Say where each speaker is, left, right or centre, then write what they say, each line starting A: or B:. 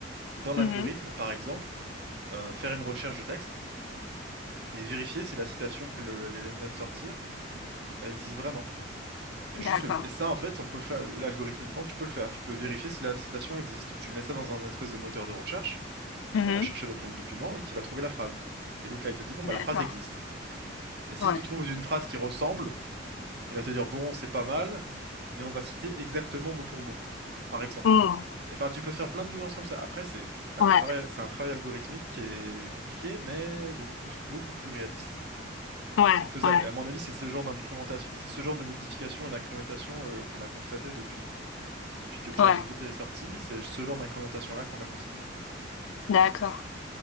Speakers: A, on the right (about 55°); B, on the left (about 80°).
A: dans l'algorithme.
B: Mhm.
A: Par exemple, euh, faire une recherche de texte et vérifier si la citation que le- l'LM vient de sortir elle existe vraiment. Et, juste
B: D'accord.
A: le- et ça, en fait, on peut fa- algorithmiquement, tu peux le faire. Tu peux vérifier si la citation existe. Tu mets ça dans un espèce de moteur de recherche qui
B: Mhm.
A: va rechercher dans ton document et qui va trouver la phrase. Et donc là, il te dit, bon,
B: D'accord.
A: bah, la phrase existe. Et s'il
B: Ouais.
A: te trouve une phrase qui ressemble, Il va te dire, bon, c'est pas mal, mais on va citer exactement mot pour mot, par exemple.
B: Mhm.
A: Enfin, tu peux faire plein de nuances comme ça. Après, c'est c'est un
B: Ouais.
A: travail, c'est un travail algorithmique qui est compliqué, mais beaucoup plus, beaucoup plus réaliste
B: Ouais.
A: et faisable.
B: Ouais.
A: Et à mon avis, c'est ce genre d'incrémentation, c'est ce genre de modification et d'incrémentation euh, qu'on a constaté depuis, depuis que ChatGPT
B: Ouais.
A: est sorti. C'est ce genre d'incrémentation-là qu'on a constaté.
B: D'accord.